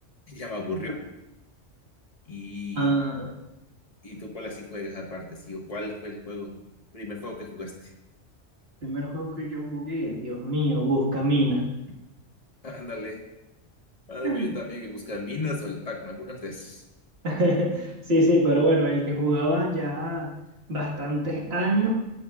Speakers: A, on the left (about 30°); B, on the right (about 60°).
A: ya me aburrió. Y,
B: Ah,
A: ¿y tú cuál así juegas aparte, sí? ¿O cuál fue el juego, primer juego que jugaste?
B: primer juego que yo jugué, Dios mío, Buscamina.
A: Ándale, ándale,
B: <laughs>
A: pues yo también, el Buscaminas o el Pac-Man, algunas de esas.
B: <laughs> Sí, sí, pero bueno, el que jugaba ya bastantes años